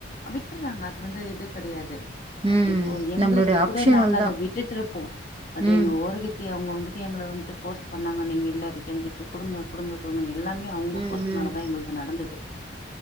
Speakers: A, on the left (about 45°); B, on the right (about 30°).
A: விட்டுற்றாங்க அது வந்து இது கெடயாது
B: ம்
A: இப்போ எங்களுக்கு
B: நம்மளுடைய ஆப்ஷனல்
A: கூட நாங்க அத
B: தா
A: விட்டுட்டுருப்போ பட்
B: ம்
A: எங்க ஓருகத் தி அவுங்க வந்துட்டு எங்கள வந்துட்டு போர்ஸ் பண்ணாங்க நீங்க இல்ல ரிட்டன் கிஃப்ட்டு குடுங்க குடுங்க குடுங்கன் எல்லாமே அவுங்க
B: ம்
A: போர்ஸ்னால
B: ம்
A: தா எங்கள்து நடந்தது